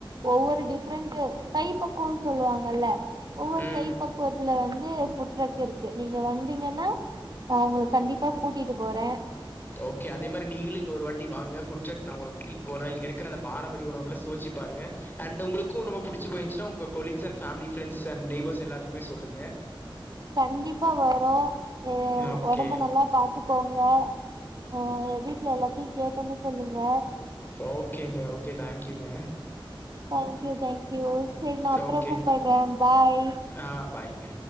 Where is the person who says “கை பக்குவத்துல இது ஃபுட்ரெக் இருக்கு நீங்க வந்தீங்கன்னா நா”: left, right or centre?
Right